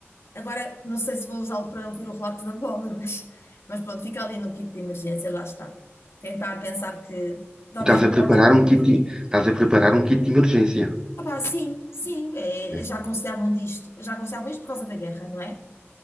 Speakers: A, on the left; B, on the right.
A: Agora não sei se vou usá-lo para ouvir o relato da bola, <laughs> mas, mas pronto, fica ali no kit de emergência, lá está. Tentar pensar que talvez
B: Tu estás
A: não
B: a
A: volte
B: preparar
A: a acontecer.
B: um kit, de- estás a preparar um kit de emergência.
A: Opá, sim, sim, é,
B: né?
A: já aconselhavam disto, já aconselhavam isto por causa da guerra, não é?